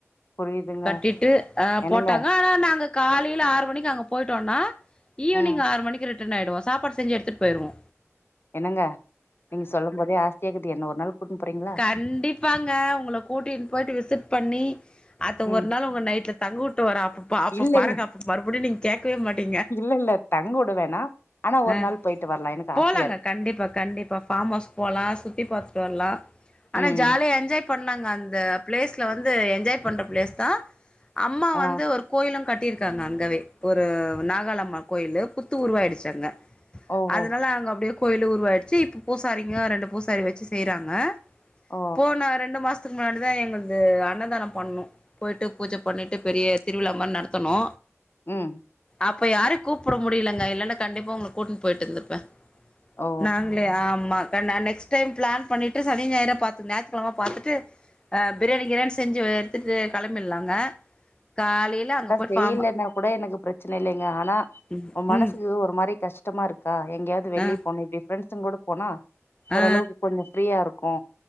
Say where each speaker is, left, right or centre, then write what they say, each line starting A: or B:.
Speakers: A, on the left (about 50°); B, on the left (about 20°).
A: புரியுதுங்க
B: கட்டிட்டு ஆ
A: என்னங்க
B: போட்டாங்க ஆனா நாங்க காலில ஆறு மணிக்கு அங்க போயிட்டோனா ஈவ்னிங்
A: ம்
B: ஆறு மணிகு ரிட்டன் ஆயீடுவோ சாப்பாடு செஞ்சி எடுத்துட்டு போயிடுவோ
A: என்னங்க நீங்க சொல்லும் போதே ஆசையாக்கிது என்ன ஒரு நாள் கூட்னு போறீங்ளா
B: கண்டிப் ப்பாங்க உங்கள கூட்டின்னு போயிட்டு விசிட் பண்ணி அத்த
A: ம்
B: ஒரு நாள் உங்கள நைட்ல தங்கவுட்டு வர அப்போ பாப்போ
A: இல்ல
B: பாருங்க
A: இல்ல
B: அப்ப மறுபடி நீங்க கேட்கவே மாட்டீங்க
A: இல்ல இல்ல தங்கவுடுவேனா ஆனா ஒரு
B: ஆ
A: நாள் போயிட்டு வர்லா எனக்கு
B: போலாங்க
A: ஆசையா இருக்கு
B: கண்டிப்பா கண்டிப்பா ஃபாம் ஹவுஸ் போலா சுத்தி பாத்துட்டு வர்லா ஆனா
A: ம்
B: ஜாலியா என்ஜாய் பண்லாங்க அந்த பிளேஸ்ல வந்து என்ஜாய் பண்ற பிளேஸ் தா அம்மா
A: ஆ
B: வந்து ஒரு கோயிலு கட் கட்டிருக்காங்க அங்கவே ஒரு நாகாலம்மா கோயிலு புத்து உருவாயிடுச்சு அங்க
A: ஓஹோ
B: அதனால அங்க அப்டியே கோயிலு உருவாயிடுச்சி இப்ப பூசாரிங்க ரெண்டு பூசாரி வெச்சு செய்றாங்க
A: ஓ
B: போனா ரெண்டு மாஸ் க்கு முன்னாடி தா என்னது அன்னதானோ பண்ணௌ போயிட்டு பூஜ பண்ணிட்டு பெரிய திருவிழா மார் நடத் த்தனோ
A: ம்
B: அப்ப யாரயு கூப்புட முடியலங்க இல்லன்னா கண்டிப்பா உங்க கூட்னு போயிட்டு இருந்துருப்பே
A: ஓ
B: நாங்ளே ஆமா கா நா நெக்ஸ்ட் டைம் பிளான் பண்ணிட்டு சனி ஞாயிரா பாத்து ஞாயித்துகெழம பாத்துட்டு அ பிரியாணி கிரியாணி செஞ்சு எடுத்துட்டு கெளம்பில்லாங்க காலில அங்க போய்
A: செய்லேன்னா
B: ஃபார்ம்
A: கூடோ எனக்கு பிரச்சன இல்லங்க ஆனா
B: ம்
A: உ மனசுக்கு
B: ம்
A: ஒரு மாரி கஷ்டமா இருக்கா எங்கயாது வெளியே
B: ஆ
A: போன இப்டி ஃப்ரண்ட்ஸ்ங்கலோட போனா ஓரளவுக்கு
B: ஆ
A: கொஞ்சோ ஃப்ரீயா இருக்கு